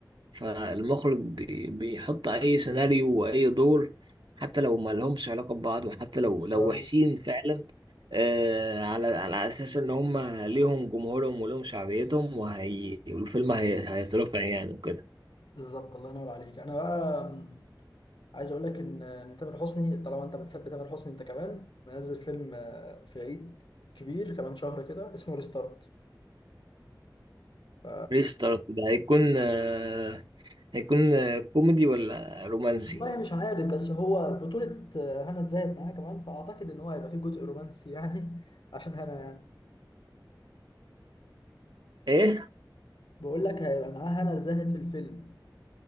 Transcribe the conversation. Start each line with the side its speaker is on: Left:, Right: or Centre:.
Right: فالمخرج بي- بيحط أي سيناريو وأي دور حتى لو ما لهمش علاقة ببعض وحتى لو
Left: بالظبط
Right: لو وحشين فعلا آه، على على أساس إن هم ليهم جمهورهم وليهم شعبيتهم وهي والفيلم هي- هيترفع يعني وكده
Left: بالظبط الله ينور عليك انا بقى م، عايز اقول لك ان إن تامر حسني طالما انت بتحب تامر حسني انت كمان منزل فيلم آه، في عيد كبير كمان شهر كده اسمه ريستارت ف...
Right: ريستارت ده هيكون آه، هيكون آه، كوميدي ولا رومانسي
Left: والله مش عارف بس هو بطولة آه، هنا الزاهد معاه كمان فأعتقد إن هو هيبقى فيه جزء رومانسي يعني <laughs> عشان هنا يعني
Right: ايه
Left: بقول لك هيبقى معاه هنا الزاهد في الفيلم